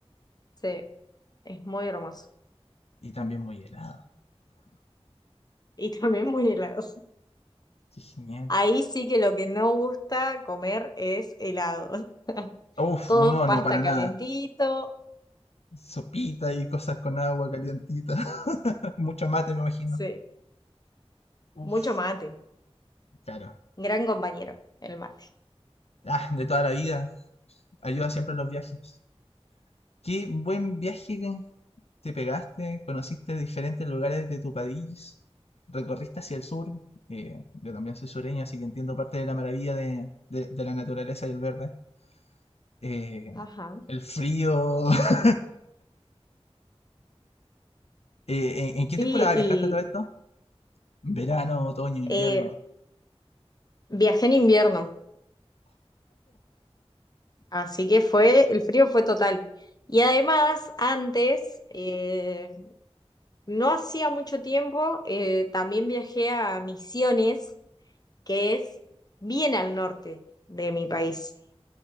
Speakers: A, on the left (about 40°); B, on the left (about 75°).
A: sí, es muy hermoso.
B: Y también muy helado.
A: Y <laughs> también muy helado.
B: Qué genial.
A: Ahí sí que lo que no gusta comer es helado. <laughs>
B: Uf,
A: Todo
B: no,
A: pasta
B: no, para
A: calentito.
B: nada. Sopita y cosas con agua calientita. <laughs> Mucho mate, me imagino.
A: Sí,
B: Uf,
A: mucho mate.
B: claro.
A: Gran compañero, el mate.
B: Ah, de toda la vida. Ayuda siempre en los viajes. Qué buen viaje que te pegaste. Conociste diferentes lugares de tu país. Recorriste hacia el sur. eh, yo también soy sureño, así que entiendo parte de la maravilla de, de- de la naturaleza y el verde. Eh,
A: Ajá.
B: el frío, <laughs> Eh, ¿en, en qué
A: Sí,
B: temporada
A: y
B: viajaste a todo esto? Verano, otoño, invierno.
A: eh, viajé en invierno, así que fue, el frío fue total. Y además, antes, eh, no hacía mucho tiempo, eh, también viajé a Misiones, que es bien al norte de mi país.